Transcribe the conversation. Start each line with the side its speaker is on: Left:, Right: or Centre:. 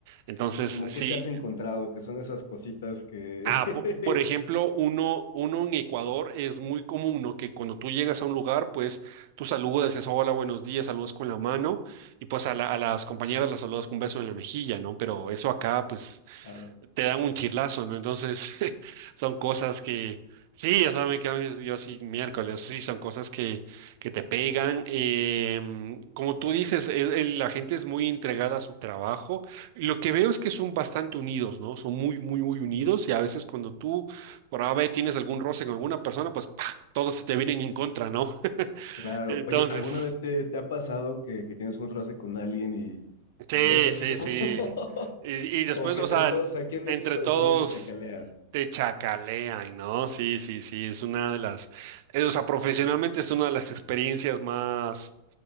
Right: Entonces,
Left: ¿cómo
Right: sí,
Left: qué te has encontrado? Que son esas cositas que...
Right: Ah, po- por ejemplo,
Left: <laughs>
Right: uno, uno en Ecuador es muy común, ¿no? Que cuando tú llegas a un lugar, pues tú saludas, dices hola, buenos días, saludas con la mano y pues a, la- a las compañeras las saludas con un beso en la mejilla, ¿no? Pero eso acá, pues
Left: Claro,
Right: te dan un chirlazo, ¿no? Entonces, <laughs> son cosas que, sí, o sea, me quedo yo yo sí miércoles, sí, son cosas que, que te pegan. em, como
Left: claro,
Right: tú dices, es- el- la gente es muy entregada a su trabajo. Lo que veo es que son bastante unidos, ¿no? Son muy, muy, muy unidos y a veces cuando tú por A, B, tienes algún roce con alguna persona, pues ¡pah! todos se te vienen en contra, ¿no? <laughs>
Left: claro.
Right: Entonces...
Left: Oye, ¿alguna vez te, te ha pasado que, que tienes un roce con alguien y
Right: Sí,
Left: pues ves así
Right: sí,
Left: como...
Right: sí.
Left: <laughs>
Right: Y, y después,
Left: como que
Right: o
Left: entre
Right: sea,
Left: todos
Right: n-
Left: aquí en
Right: entre
Left: México
Right: todos
Left: decimos te chacalean?
Right: te chacalean, ¿no? Sí, sí, sí, es una de las, eh, o sea, profesionalmente es una de las experiencias más,